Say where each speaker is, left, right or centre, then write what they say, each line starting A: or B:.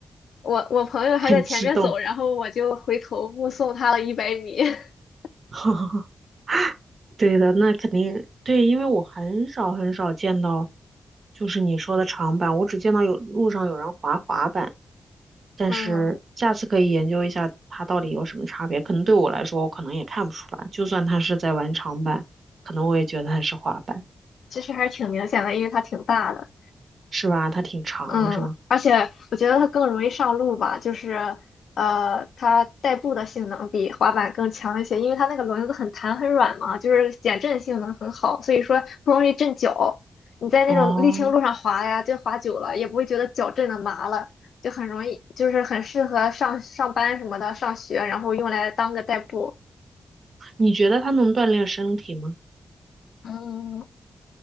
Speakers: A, on the left; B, on the right.
A: 我我朋友还在前面走，
B: 很激动，
A: 然后我就回头目送他了一百米。<laughs>
B: <laughs> 对的，那肯定对，因为我很少很少见到，就是你说的长板，我只见到有路上有人滑滑板。但是下次可以研究一下它到底有什么差别。
A: 嗯，
B: 可能对我来说，我可能也看不出来。就算它是在玩长板，可能我也觉得它是滑板，
A: 其实还是挺明显的，因为他挺大的。
B: 是吧？它挺长，
A: 嗯，
B: 是吗？
A: 而且我觉得它更容易上路吧，就是呃，它代步的性能比滑板更强一些，因为它那个轮子很弹很软嘛，就是减震性能很好，所以说不容易震脚。你在那种沥青路上滑呀，
B: 哦，
A: 就滑久了也不会觉得脚震的麻了，就很容易，就是很适合上上班什么的，上学，然后用来当个代步。
B: 你觉得它能锻炼身体吗？
A: 嗯，